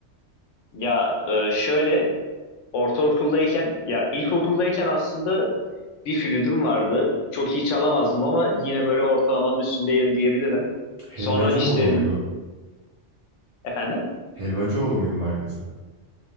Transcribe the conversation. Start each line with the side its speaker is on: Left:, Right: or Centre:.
Left: Ya e, şöyle ortaokuldayken ya ilkokuldayken aslında bir flütüm vardı. Çok iyi çalamazdım ama yine böyle ortalamanın üstündeydim diyebilirim.
Right: Helvacıoğlu
Left: Sonra işte
Right: muydu?
Left: efendim
Right: Helvacıoğlu muydu markası?